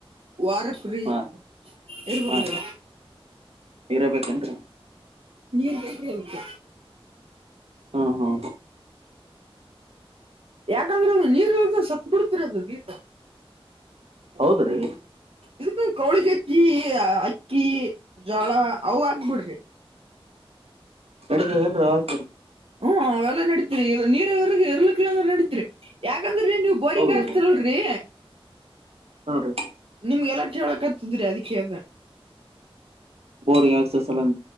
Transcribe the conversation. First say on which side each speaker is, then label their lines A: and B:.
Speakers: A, on the right (about 70°); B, on the right (about 85°).
A: ವಾರಕ್ಕರಿ
B: ಹಾ
A: ಹೇರ್ ಬೇಕ್ರಿ
B: ಹಾ ಇರಬೇಕೇನ್ರಿ
A: ನೀರ್ ಬೇಕರಿ ಅವಕ
B: ಹಾ ಹಾ
A: ಯಾಕಂದ್ರೆ ಅದು ನೀರು ಉಳಿದ್ರೆ ಸತ್ ಬಿಡುತ್ತಿರಿ ಬೀಜ
B: ಹೌದ್ ರೀ
A: ಇದಕ್ಕ ಕೌಳಿಗಜ್ಜಿ ಅಕ್ಕಿ ಜೋಳ ಅವ ಹಾಕ್ ಬಿಡ್ರಿ
B: ಎಡತ ಏ ಹಾಕಿ
A: ಹ್ಮ್ ಅವೆಲ್ಲ ನಡೀತಿೀರಿ ನೀರವರ್ ಎರರ್ಲ ಕಲೋ ಅಂದ್ರೆ ನಡಿತತಿರಿ ಯಾಕ ಯಾಕಂದ್ರ ನೀವು ಬೋರಿಂಗ್
B: ಹೌದ್ರಿ
A: ಹಸ್ತೀರಲ್ರರಿ
B: ಹಾ ರೀ
A: ನಿಮ್ಗೆಲ್ಲ ಹೇಳಕತಿದರಿ ಅದಿ ಹ ಹೇಳ್ದ
B: ಬೋರಿಂಗ್ ಆಕ್ಸಸ್ ಎಲ್ಲಾ